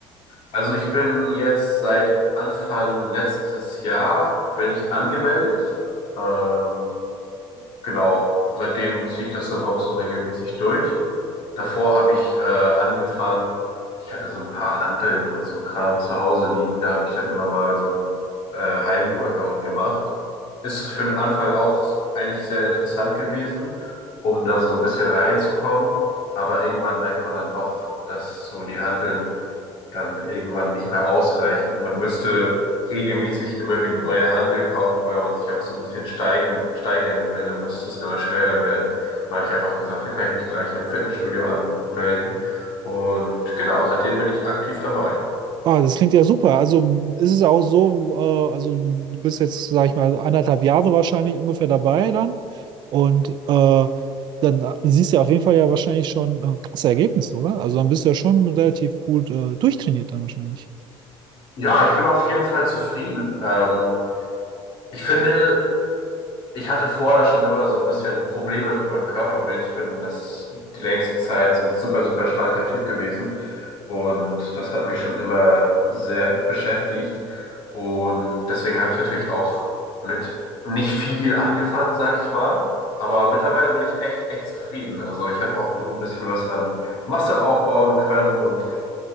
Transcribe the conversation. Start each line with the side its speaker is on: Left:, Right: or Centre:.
Left: also ich bin jetzt seit Anfang letztes Jahr bin ich angemeldet. Ähm, genau, seitdem ziehe ich das dann auch so regelmäßig durch. Davor habe ich äh, angefangen, ich hatte so ein paar Hanteln und so ein Kram zu Hause liegen, da habe ich dann immer mal so ein äh, Heimworkout gemacht. Ist für den Anfang auch eigentlich sehr interessant gewesen, um da so ein bisschen reinzukommen, aber irgendwann merkt man dann doch, dass so die Hanteln dann irgendwann nicht mehr ausreichen. Man müsste regelmäßig immer wieder neue Hanteln kaufen, weil man sich auch so ein bisschen steigen, steigern will. Dann müsste es immer schwerer werden. Und da habe ich einfach gesagt, da kann ich mich gleich im Fitnessstudio anmelden. Und genau, seitdem bin ich aktiv dabei.
Right: Ah, das klingt ja super. Also ist es auch so, äh, also du bist jetzt, sag ich mal, anderthalb Jahre wahrscheinlich ungefähr dabei dann. Und äh, dann äh, siehst du ja auf jeden Fall ja wahrscheinlich schon äh, krasse Ergebnisse, oder? Also dann bist du ja schon relativ gut äh, durchtrainiert dann wahrscheinlich.
Left: Ja, ich bin auf jeden Fall zufrieden. Ähm, ich finde, ich hatte vorher schon immer so ein bisschen Probleme mit meinem Körperbild. Ich bin das die längste Zeit so ein super, super schlanker Typ gewesen. Und das hat mich schon immer sehr beschäftigt. Und deswegen habe ich natürlich auch mit nicht viel angefangen, sag ich mal. Aber mittlerweile bin ich echt, echt zufrieden. Also ich habe auch gut ein bisschen was an Masse aufbauen können und